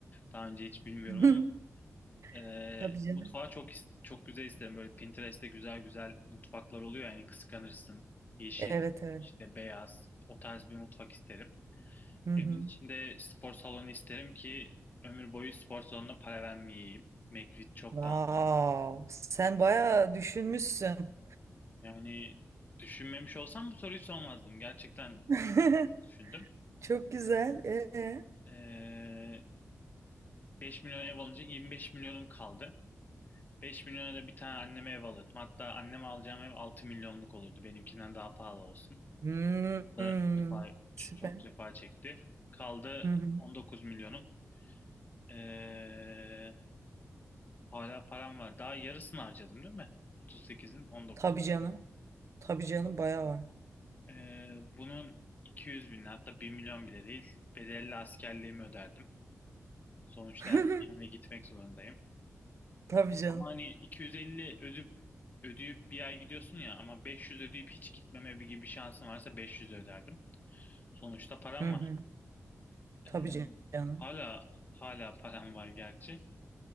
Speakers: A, on the left (about 35°); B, on the right (about 60°).
A: Daha önce hiç bilmiyorum
B: <laughs>
A: ama e,
B: Tabii canım.
A: mutfağı çok is- çok güzel isterim. Böyle Pinterest'te güzel güzel mutfaklar oluyor yani kıskanırsın. Yeşil,
B: Evet evet.
A: işte beyaz o tarz bir mutfak isterim.
B: Hı
A: Evin
B: hı.
A: içinde spor salonu isterim ki ömür boyu spor salonuna para vermeyeyim. McFit çok
B: Wow.
A: pahalı.
B: Sen bayağı düşünmüşsün.
A: Yani düşünmemiş olsam bu soruyu sormazdım. Gerçekten
B: <laughs>
A: çok fazla düşündüm.
B: Çok güzel. Ee?
A: Ee, 5 milyon ev alınca 25 milyonum kaldı. 5 milyona da bir tane anneme ev alırdım. Hatta anneme alacağım ev 6 milyonluk olurdu. Benimkinden daha pahalı olsun.
B: Hmm,
A: Da
B: hmm.
A: cefa,
B: Süper.
A: çok cefa çekti. Kaldı
B: Hı hı.
A: 19 milyonum. Ee, hala param var. Daha yarısını harcadım değil mi? 38'in 19.
B: Tabii canım. Tabii canım bayağı var.
A: Ee, bunun 200 bin hatta bir milyon bile değil. Bedelli askerliğimi öderdim. Sonuçta
B: <laughs>
A: erkeğimle gitmek zorundayım.
B: Tabii canım.
A: Ama hani 250 ödüp ödeyip bir ay gidiyorsun ya ama 500 ödeyip hiç gitmeme bir gibi bir şansım varsa 500 öderdim. Sonuçta param
B: Hı hı.
A: var.
B: Tabii
A: Ee,
B: canım.
A: hala hala param var gerçi.